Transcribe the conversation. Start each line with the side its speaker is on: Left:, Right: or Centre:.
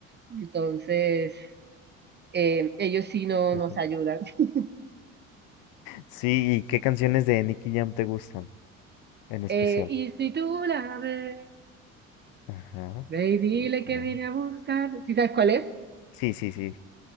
Right: Entonces, eh, ellos sí no
Left: <laughs>
Right: nos ayudan. <laughs>
Left: Sí, ¿y qué canciones de Nicky Jam te gustan en especial?
Right: Eh, y si tú la ves,
Left: Ajá,
Right: ve y dile
Left: ok.
Right: que vine a buscar. ¿Sí sabes cuál es?
Left: Sí, sí, sí.